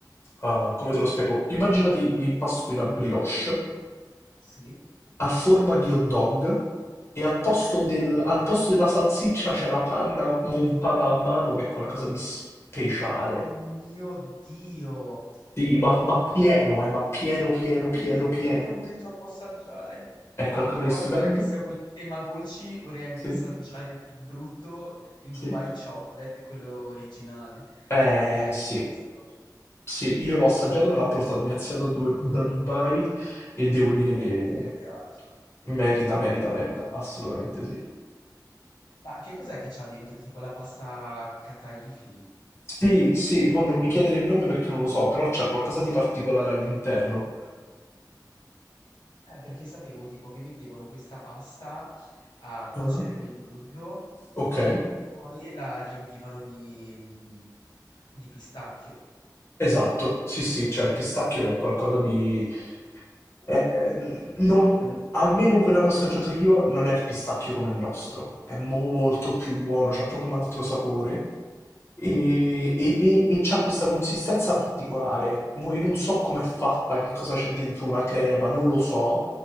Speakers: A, on the left; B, on the left.
A: Ah, come te lo spiego? Immaginati l'impasto di una brioche
B: Sì.
A: a forma di hot dog e al posto,
B: <laughs>
A: del- al posto della salsiccia c'è la panna montata a mano che è qualcosa di speciale.
B: Oh mio Dio,
A: Sì, ma, ma pieno, eh, ma pieno, pieno,
B: oh
A: pieno,
B: mio
A: pieno.
B: Dio, lo vorrei troppo assaggiare.
A: È qualcosa
B: Che poi
A: di stupendo?
B: ora che siamo in tema dolci, vorrei anche
A: Sì,
B: assaggiare di brutto il
A: sì.
B: Dubai Chocolate, quello originale.
A: Eh,
B: Cioè, l'hai
A: sì,
B: visto?
A: sì, io l'ho assaggiato, me l'ha portato mia zia da, due- da Dubai e devo dire
B: Oddio,
A: che
B: beato.
A: merita, merita, merita, assolutamente sì.
B: Ma che cos'è che c'ha dentro? Tipo la pasta kataifi?
A: Sì, sì, mo non mi chiedere il nome perché non lo so, però c'è qualcosa di particolare all'interno.
B: Eh, perché sapevo tipo che mettevano questa pasta a cuocere
A: Ah.
B: nel burro
A: Ok,
B: E poi la riempivano di, mm, di pistacchio.
A: esatto, sì, sì, c'è il pistacchio che è qualcosa di... eh, eh, non- almeno quella che ho assaggiato io non è il pistacchio come il nostro, è molto più buono, c'ha proprio un altro sapore e, e, e- e c'ha questa consistenza particolare. Mo io non so com'è fatta, che cosa c'è dentro una crema, non lo so,